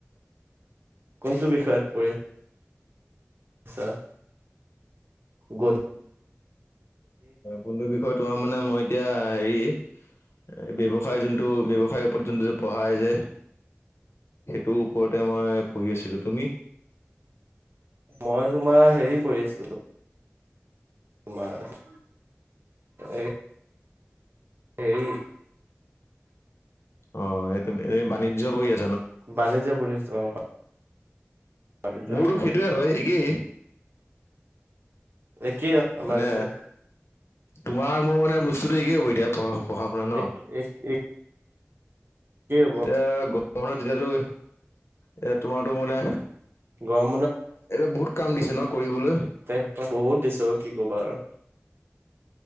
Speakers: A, on the right; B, on the left.
A: কোনটো বিষয়ত পৰি আছা, গ <inaudible>
B: কোনটো বিষয় তোমাৰ মানে, মই এতিয়া হেৰি ব্যৱসায় জোনটো ব্যৱসায়ৰ ওপৰত জোনটো যে পঢ়াই যে। সেইটো ওপৰতে মই পঢ়ি আছিলো, তুমি?
A: মই তোমাৰ হেৰি পঢ়ি আছিলো তোমাৰ এই হেৰি
B: অ', এইটো এ বাণিজ্য পঢ়ি আ
A: বাণিজ্য পঢ়ি আছোঁ অ'। বাণিজ্য
B: মোৰোতো সেইটোৱেই হয়, একেই।
A: একেই আমাৰ,
B: মানে
A: একেই।
B: তোমাৰ মোৰ মানে বস্তুটো একেই হ'ব এতিয়া, পঢ়া-পঢ়া শুনা ন?
A: একে হ'ব
B: এতিয়া <unintelligible> তেতিয়াতো এ তোমাৰোতো মানে,
A: গৰম
B: এইটো বহুত কাম দিছে ন কৰিবলৈ?
A: তে বহুত দিছে, কি ক'বা আৰু।